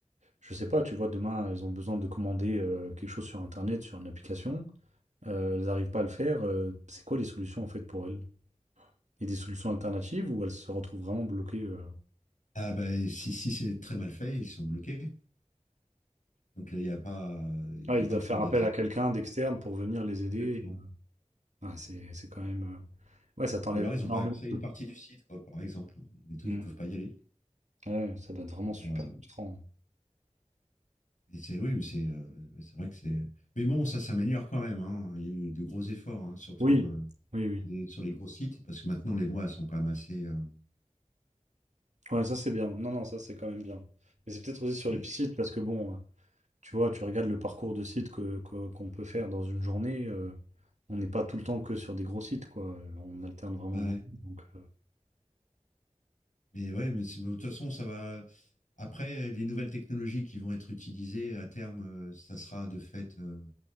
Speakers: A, on the right; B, on the left.
A: je sais pas, tu vois, demain, elles ont besoin de commander, heu, quelque chose sur internet, sur une application, heu, elles arrivent pas à le faire, heu, c'est quoi les solutions, en fait, pour elles? Il y a des solutions alternatives ou elles se retrouvent vraiment bloquées, heu?
B: Ah bah, et si, si c'est très mal fait, ils sont bloqués. Donc là, il n'y a pas, il
A: Ah,
B: y
A: ils
B: a pas
A: doivent
B: trop
A: faire
B: d'alternatives.
A: appel à quelqu'un d'externe pour venir les aider
B: Exactement.
A: ouais, c'est c'est quand même, heu, ouais, ça t'enlève
B: Ou alors, ils
A: énormément
B: n'ont pas accès à
A: de
B: une partie du site, quoi, par exemple. Des trucs,
A: mmh,
B: ils ne peuvent pas y aller.
A: Ah ouais, ça doit être vraiment
B: Et,
A: super
B: euh,
A: frustrant.
B: et c'est, oui, mais c'est euh, ouais, c'est vrai que c'est. Mais bon, ça s'améliore quand même. hein. Il y a eu de gros efforts, hein, surtout
A: Oui,
B: euh,
A: oui, oui.
B: des- sur les gros sites, parce que maintenant, les lois sont quand même assez. euh,
A: Ouais, ça, c'est bien. Non, non, ça, c'est quand même bien. Mais c'est peut-être aussi sur
B: et-
A: les p parce que bon, Tu vois, tu regardes le parcours de sites que, que- qu'on peut faire dans une journée, euh, on n'est pas tout le temps que sur des gros sites, quoi. Euh, On alterne vraiment
B: ouais.
A: beaucoup. Donc, euh,
B: Mais ouais, mais c'est- de toute façon, ça va. Après, les nouvelles technologies qui vont être utilisées à terme, euh, ça sera de fait. euh,